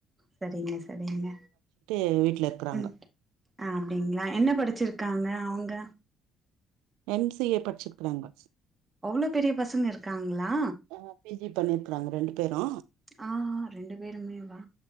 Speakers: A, on the right; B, on the right.
A: சரிங்க சரிங்க
B: எங்க வீட்டுல இருக்கிறாங்க
A: ம் ஆ அப்டிங்களா என்ன படிச்சிருக்காங்க அவுங்க
B: எம் சி ஏ படிச்சிருக்குறாங்க
A: அவ்ளோ பெரிய பசங்க இருக்காங்களா
B: ஆ பி ஜி பண்ணிருக்குறாங்க ரெண்டு பேரு
A: ஆ ரெண்டு பேருமே வா